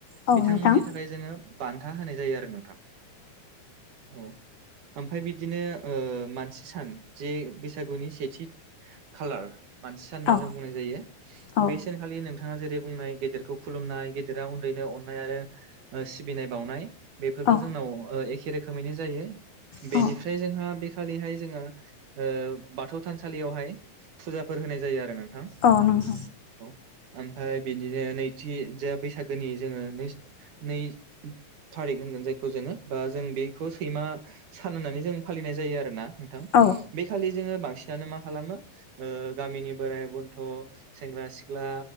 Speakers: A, on the left; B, on the right.
A: औ
B: बिथांमोननि
A: नोंथां
B: थाखाय जोङो। बान्था होनाय जायो आरो नोंथां औ। ओमफाय बिदिनो मानसि सान जे बैसागुनि सेथि खालार मानसि सान होनना
A: औ
B: जों बुंनाय जायो
A: औ
B: बे सानखालि नों थाङा जेरै बुंनाय गेदेरखौ खुलुमनाय गेदेरा उन्दैनो अननाय आरो सिबिनाय बावनाय। बेफोरबो
A: औ
B: जोंनाव ओ एखे रोखोमैनो जायो
A: औ
B: बेनिफ्राय जोंहा बे खालिहाय जोङो ओ बाथौ थानसालियावहाय फुजाफोर होनाय जायो आरो न
A: औ नंगौ।
B: ओमफ्राय बिदिनो नैथि जा बैसागोनि जोङो न नै थारिख होनगोन जायखौ जोङो बा जों बेखौ सैमा सान होननानै जों फालिनाय जायो आरोना। नोंथां
A: औ
B: बे खालि जोङो बांसिनानो मा खालामो ओ गामिनि बोराइ बन्थ' सेंग्रा सिख्ला